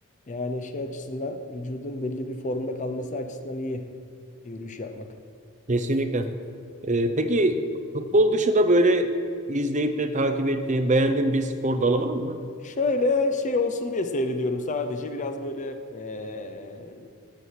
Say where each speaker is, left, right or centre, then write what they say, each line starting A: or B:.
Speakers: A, on the left; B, on the right.
A: Yani şey açısından vücudun belli bir formda kalması açısından iyi yürüyüş yapmak.
B: Kesinlikle. E, peki futbol dışında böyle izleyip de takip ettiğin, beğendiğin bir spor dalı var mı?
A: Şöyle şey olsun diye seyrediyorum sadece biraz böyle eee,